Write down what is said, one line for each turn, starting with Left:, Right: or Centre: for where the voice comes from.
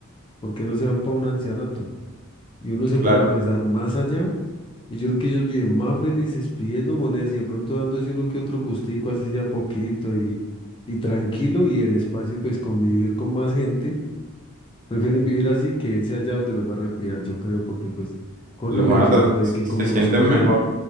Left: ¿por qué no se van para un ancianato? Y uno se
Right: Claro.
Left: pone a pensar más allá Y yo creo que ellos viven más felices pidiendo monedas y de pronto dándose uno que otro gustico, así sea poquito y, y tranquilo y en espacio, pues convivir con más gente. Prefieren vivir así que irse allá donde los van a cuidar, yo creo, porque pues corren
Right: Los van
Left: el riesgo
Right: a tratar,
Left: de que
Right: se
Left: como
Right: sienten
Left: los cuidan,
Right: mejor.